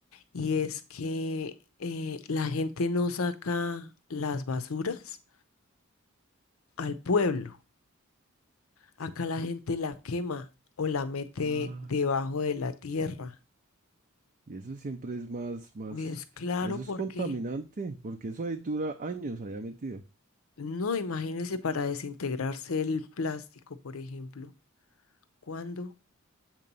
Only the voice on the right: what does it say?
Ah.
Y eso siempre es más, más,
a eso
es contaminante, porque eso ahí dura años allá metido.